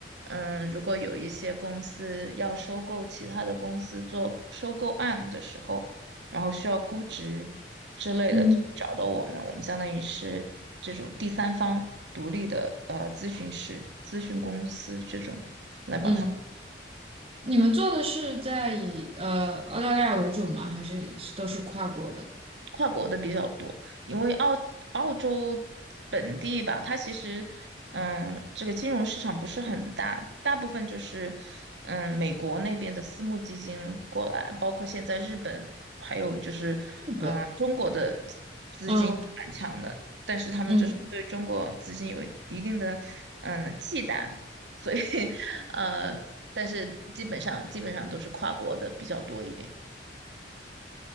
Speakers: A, on the right (about 80°); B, on the right (about 35°).
A: 嗯，如果有一些公司要收购其他的公司做收购案的时候，然后需要估值之类的，
B: 嗯
A: 就会找到我们。我们相当于是这种第三方独立的呃咨询师、咨询公司这种来帮他们。
B: 嗯，你们做的是在以呃澳大利亚为主吗？还是都是跨国的？
A: 跨国的比较多，因为澳澳洲本地吧，它其实，嗯，这个金融市场不是很大，大部分就是，嗯，美国那边的私募基金过来，包括现在日本，还有就是，
B: 日本。
A: 嗯，中国的资金蛮强的，
B: 嗯
A: 但是他们就是对中国资金有一定的，
B: 嗯
A: 嗯，忌惮，所以，<laughs> 呃，但是基本上基本上都是跨国的比较多一点，